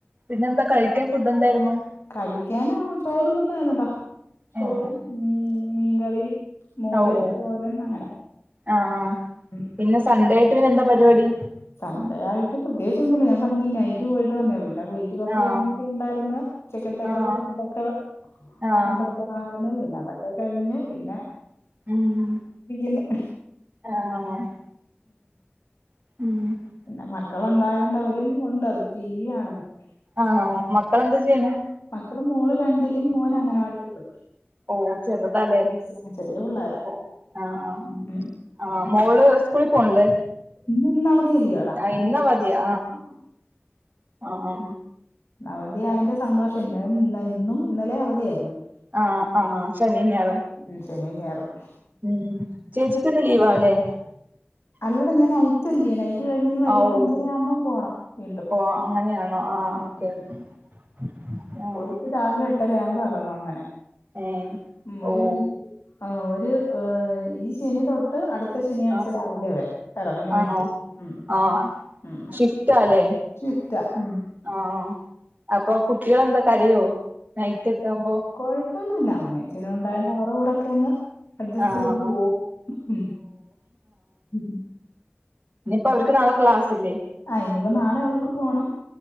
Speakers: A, on the right; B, on the left.
A: പിന്നെന്താ കഴിക്കാൻ ഫുഡ് എന്തായിരുന്നു
B: കഴിക്കാൻ ചോറ് തന്നൊയിരുന്നാടാ ചോറും
A: ഏഹ്
B: ഉം മീ മീൻകറിയും മോര്
A: ഓ ഓ
B: തോരൻ അങ്ങനെ
A: ആഹ് ആ
B: ഉം
A: പിന്നെ സൺഡേ ആയിട്ട് പിന്നെ എന്താ പരിപാടി
B: സൺഡേ ആയിട്ട് പ്രത്യേകിച്ച് ഒന്നുമില്ല ഞാൻ പറഞ്ഞില്ല നൈറ്റ് പോയിട്ട് വന്നയാ പിന്നെ വീട്ടി വീട്ടി കുറച്ച്
A: ആഹ്
B: പണിയൊക്കെ ഉണ്ടായിരുന്നു ഉച്ചക്കത്തേയ്ക്കുള്ള
A: ആഹ്
B: ഫുഡ്ഒക്കെ
A: ആഹ്
B: ഉണ്ടാക്ക ആരുന്നു പിന്നെ അതൊക്കെ കഴിഞ്ഞ് പിന്നെ
A: ഉം
B: പഠിക്കുന്നു
A: ആഹ് ഉം
B: പിന്നെ മക്കള് ഉണ്ടായോണ്ട് അവരും ഉണ്ട് അവര് ടിവി കാണുന്നു
A: ആണോ മക്കളെന്ത് ചെയ്യുന്നു
B: മക്കള് മോള് രണ്ടിലും മോന് അംഗനവാടിയിലും പഠിക്കുന്നു
A: ഓ ചെറുതല്ലേന്
B: സ- ചെറിയ പിള്ളാരാ
A: ഓ ആഹ് ആഹ്
B: ഉം ഉം
A: ആഹ് മോള് സ്കൂളിൽ പോണില്ലേ
B: ഇന്ന് ഒന്ന് അവധിയല്ലേടാ
A: ആഹ് ഇന്നവധിയാ
B: ഞായറാഴ്ച ആഹ്
A: ആഹ്
B: അവതി ആയതിന്റെ സന്തോഷം ഇന്ന് ഇന്നും ഇന്നലെ അവധിയായിരുന്നു
A: ആഹ് ആഹ് ശനിയും ഞായറും
B: ഉം ശനിയും ഞായറും
A: ഉം.. ചേച്ചിക്ക്ന്ന് ലീവാല്ലേ
B: അല്ലട ഞാൻ നൈറ്റല്ലിയോ നൈറ്റ് കഴിഞ്ഞ്നിവൈകിട്ട്
A: ആഹ് ഓ
B: അഞ്ചര ആവുമ്പം പോണം വീണ്ടും
A: ഓ അങ്ങനെയാണോ <unintelligible>
B: ഉം.
A: ആഹ്
B: പോയിട്ട് രാവിലെ എട്ടരയാവുമ്പോ ഇറങ്ങും അങ്ങനെ
A: ഏഹ്
B: ഉം ഒരു
A: ഓ
B: മിനിറ്റ് ആഹ് ഒരു ഈ ശനി തൊട്ട് യിട്ട് അടുത്ത ശനിയാഴ്ച
A: ആഹ്
B: രാവിലെ വരെ ഇറങ്ങും നൈറ്റ്
A: ആണോ
B: ഉം
A: ആഹ്
B: ഉം
A: ഷിഫ്റ്റാല്ലേ
B: ഷിഫ്റ്റാ ഉം
A: ആഹ് അപ്പൊ കുട്ടികൾ എന്തൊ കരയോ നൈറ്റ് ഒക്കെ ആകുമ്പോ
B: കൊഴപ്പൊന്നുമില്ല അമ്മേച്ചനും ഉണ്ടായോണ്ട് അവരുടെ കൂടെയൊക്കയങ്ങ് അഡ്ജസ്റ്റയ്ത്
A: ആഹ്
B: പോവും.. ഹ്മ് ഹ്
A: നിപ്പ അവര്ക്ക് നാളെ ക്ലാസ്സ് ല്ലേ...
B: ആ ഇനിയിപ്പം നാളെ അവർക്ക് പോണം